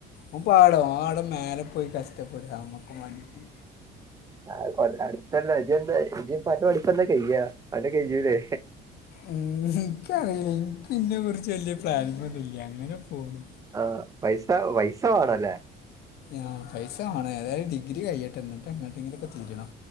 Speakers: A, on the left (about 60°); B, on the right (about 20°).
A: ഓൻ പാടും ഓൻ അവുടെ മെലെ പോയി കഷ്ടപ്പെട നമ്മക്കും വേണ്ടിട്ട്
B: അത് കൊള്ളാം അടുത്തല്ല ഇജ്ജ് എന്തായി ഇജ്ജ് ഇപ്പൊ അൻൻ്റെ പടിപ്പെന്ന കയ്യ അന്ടെ കയ്യൂലെ
A: ഉം ഇൻക്കറിയില്ല ഇൻക്ക് ഇന്നെ കുറിച്ച് വല്യ പ്ലാനിങ്ങൊന്നുല്ല. അങ്ങനെ പോണ്
B: ആഹ് പൈസ പൈസ വെണലെ
A: ആഹ് പൈസ വേണം ഏതായാലും ഡിഗ്രി കയിയട്ടെ ന്നിട്ടഎങ്ങട്ടെങ്കിലക്കെ തിരിയണം